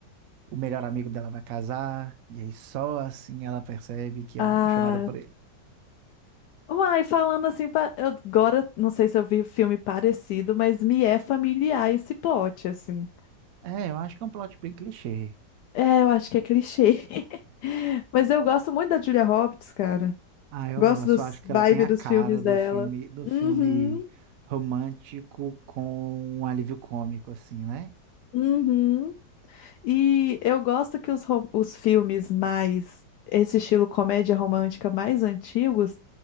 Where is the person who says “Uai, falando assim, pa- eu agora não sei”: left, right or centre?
Left